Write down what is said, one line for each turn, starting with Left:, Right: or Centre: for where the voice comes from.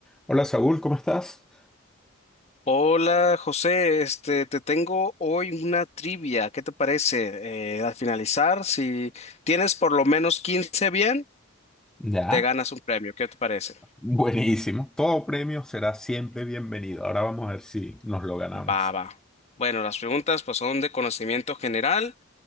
Centre: Hola Saúl, ¿cómo estás?
Left: Hola José, este, te tengo hoy una trivia. ¿Qué te parece? Eh, al finalizar, si tienes por lo menos 15 bien,
Centre: Ya,
Left: te ganas un premio. ¿Qué te parece?
Centre: Buenísimo. Todo premio será siempre bienvenido. Ahora vamos a ver si nos lo ganamos.
Left: Va, va. Bueno, las preguntas pues son de conocimiento general.